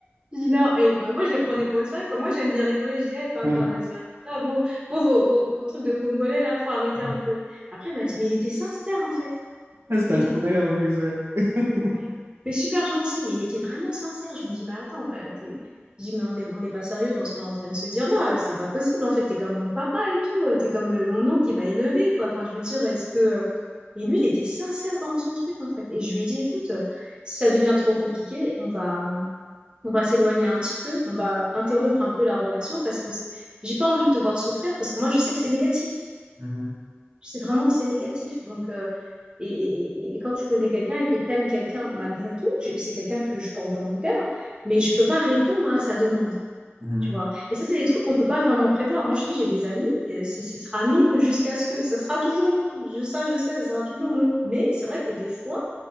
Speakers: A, on the right; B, on the right.
A: J'ai dit, non. Et moi, je les prenais pas au sérieux. Comme moi, j'aime bien rigoler. Je dis, eh papa,
B: Sim,
A: vas-y, arrête. Ah, vos, vos, vos, vos- vos trucs de Congolais, là, faut arrêter
B: sim.
A: un peu. Après, il m'a dit, mais il était sincère, en fait.
B: Ah, Você
A: Il
B: tá
A: était
B: en plus, ouais. <laughs>
A: Ouais. Mais super gentil, mais il était vraiment sincère. Je me dis, mais attends, t'as- t'es... Je dis, mais on n'est on n'est pas sérieux dans ce qu'on est en train de se dire là. C'est pas possible, en fait. T'es comme mon papa et tout. T'es comme le, mon oncle qui m'a élevé, quoi. Enfin, je veux dire, est-ce que... Et lui, il était sincère dans son truc, en fait. Et je lui ai dit, écoute, euh, si ça devient trop compliqué, on va, on va s'éloigner un petit peu. On va interrompre un peu la relation parce que c- j'ai pas envie de te voir souffrir parce que moi, je sais que c'est négatif.
B: Mhm,
A: Je sais vraiment que c'est négatif. Donc, euh, et, et- et quand tu connais quelqu'un et que t'aimes quelqu'un malgré tout, je- c'est quelqu'un que je porte dans mon cœur, mais je peux pas répondre à sa demande,
B: mhm.
A: tu vois. Et ça, c'est des trucs qu'on peut pas vraiment prévoir. Moi, je te dis, j'ai des amis, euh, c'est- ce sera non jusqu'à ce que, ça sera toujours non. Je, ça, je sais, ça sera toujours non. Mais c'est vrai que des fois,